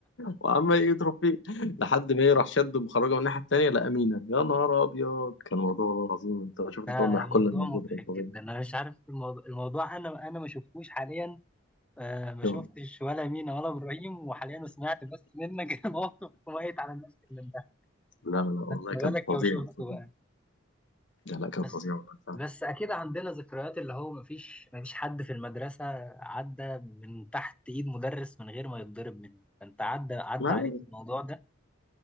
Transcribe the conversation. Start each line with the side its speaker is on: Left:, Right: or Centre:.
Left: وعمال يضرب فيه لحد ما يروح شد مخرجه من الناحيه التانيه لقى مينا يا نهار ابيض كان موضوع عظيم انت شفت
Centre: ده
Left: بقى هم يحكوا
Centre: موضوع
Left: لنا الموضوع
Centre: مضحك
Left: ده كان
Centre: جدا
Left: فظيع
Centre: أنا مش عارف الموضوع, الموضوع أنا أنا ما شفتوش حاليا آه ما
Left: آه.
Centre: شفتش ولا مينا ولا ابراهيم وحاليا سمعت بس منك <laughs> موقف كويس على الناس اللي انبهت
Left: لا لا لا والله
Centre: ما
Left: كان
Centre: بالك
Left: فظيع
Centre: لو شفته
Left: فظيع
Centre: بقى
Left: لا لا كان
Centre: بس
Left: فظيع والله فعلا
Centre: بس اكيد عندنا ذكريات اللي هو ما فيش ما فيش حد في المدرسه عدى من تحت ايد مدرس من غير ما يتضرب منه فانت عدى عدى
Left: ما-
Centre: عليك الموضوع ده